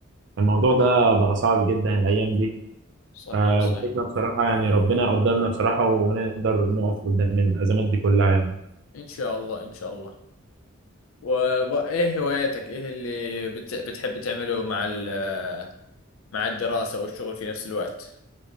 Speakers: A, on the right (about 55°); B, on the left (about 80°).
A: فالموضوع ده بقى صعب جدا الايام دي
B: صحيح
A: فالفكرة
B: صحيح
A: بصراحة يعني ربنا يقدرنا بصراحة ونقدر نقف قدام الأزمات دي كلها يعني
B: إن شاء الله إن شاء الله وإيه هواياتك إيه اللي بت... بتحب تعمله مع ال... مع الدراسة والشغل في نفس الوقت